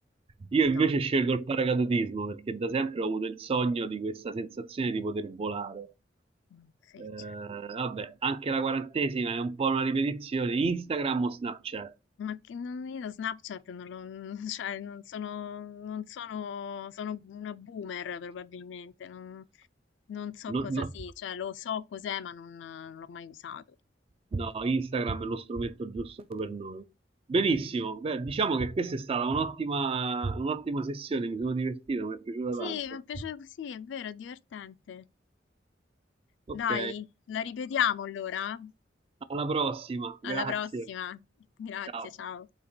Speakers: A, on the right (about 30°); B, on the left (about 70°).
A: Io invece
B: No,
A: scelgo il paracadutismo perché da sempre ho avuto il sogno di questa sensazione di poter volare.
B: mm, sì,
A: Eh,
B: cioè.
A: vabbè, anche la quarantesima è un po' una ripetizione. Instagram o Snapchat?
B: Ma che non, io Snapchat non lo, non- <laughs> cioè, non sono, non sono, sono una boomer probabilmente, non, non so
A: No,
B: cosa
A: no-
B: sia, cioè lo so cos'è ma non, non l'ho mai usato.
A: no, Instagram è lo strumento giusto per noi. Benissimo, beh, diciamo che questa è stata un'ottima, un'ottima sessione, mi sono divertito, mi è piaciuta
B: Sì,
A: tanto.
B: mi piace così, è vero, è divertente.
A: Ok,
B: Dai, la ripetiamo allora.
A: alla prossima, grazie,
B: Alla prossima. Grazie,
A: ciao.
B: ciao.